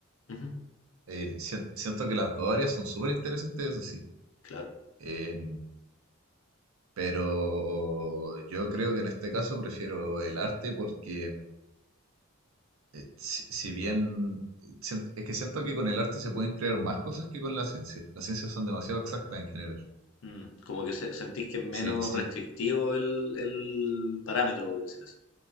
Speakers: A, on the left; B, on the right.
A: Ujú,
B: Eh, sien- siento que las dos áreas son súper interesantes, eso sí.
A: Claro.
B: Eh, pero yo creo que en este caso prefiero el arte porque eh, si, si bien eh, sien- es que siento que con el arte se pueden crear más cosas que con la ciencia. Las ciencias son demasiado exactas en general.
A: Mm, Como que se- sentís que es
B: Sí,
A: menos
B: sí,
A: restrictivo el, el parámetro, por decirlo así.